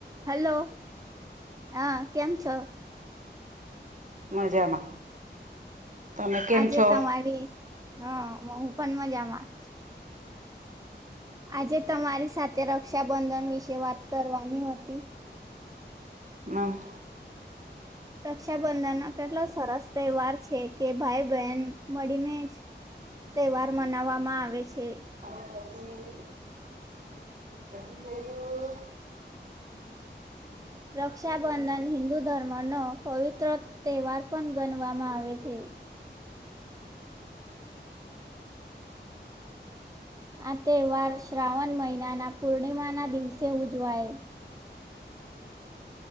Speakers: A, on the right; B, on the right.
A: Hello અ કેમ છો?
B: મજામાં તમે કેમ
A: આજે
B: છો
A: તમારી હ હું પણ મજામાં આજે તમારી સાથે રક્ષાબંધન વિશે વાત કરવાની હતી
B: હમ
A: રક્ષાબંધનનો કેટલો સરસ તહેવાર છે કે ભાઈ બહેન મળીને જ તહેવાર મનાવવામાં આવે છે.
B: <inaudible> <inaudible>
A: રક્ષાબંધન હિદુ ધર્મનો પવિત્ર તહેવાર પણ ગણવામાં આવે છે. આ તહેવાર શ્રાવણ મહિનાના પૂર્ણિમા ના દિવસે ઉજવાય